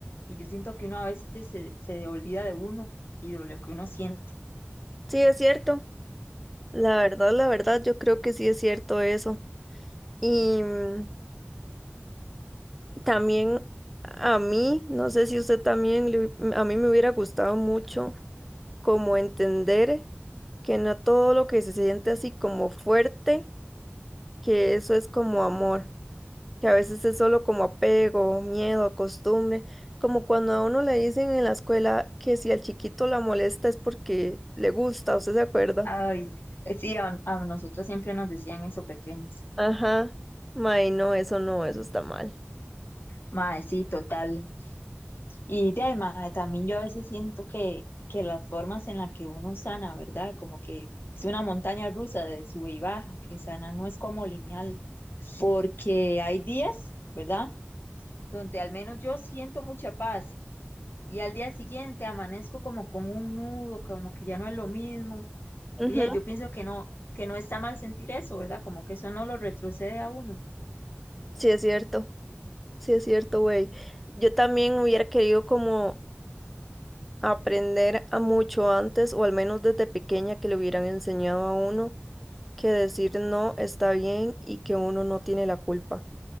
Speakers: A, on the left; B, in the centre.
A: Y yo siento que uno a veces se, se olvida de uno y de lo que uno siente.
B: Sí, es cierto. La verdad, la verdad, yo creo que sí es cierto eso. Y mm, También a mí, no sé si usted también, le hu- a mí me hubiera gustado mucho como entender que no todo lo que se siente así como fuerte, que eso es como amor, que a veces es solo como apego, miedo, costumbre, como cuando a uno le dicen en la escuela que si al chiquito la molesta es porque le gusta, ¿usted se acuerda?
A: Ay, sí, a, a nosotros siempre nos decían eso pequeños.
B: Ajá, may, no, eso no, eso está mal.
A: Mae, sí, total. Y de ahí, mae, también yo a veces siento que, que las formas en las que uno sana, ¿verdad? Como que es una montaña rusa de sube y baja, que sana no es como lineal. porque hay días, ¿verdad? Donde al menos yo siento mucha paz y al día siguiente amanezco como con un nudo, como que ya no es lo mismo.
B: Ujú,
A: Y de ahí yo pienso que no, que no está mal sentir eso, ¿verdad? Como que eso no lo retrocede a uno.
B: Sí es cierto, sí es cierto, güey. Yo también hubiera querido como Aprender a mucho antes, o al menos desde pequeña, que le hubieran enseñado a uno que decir no está bien y que uno no tiene la culpa,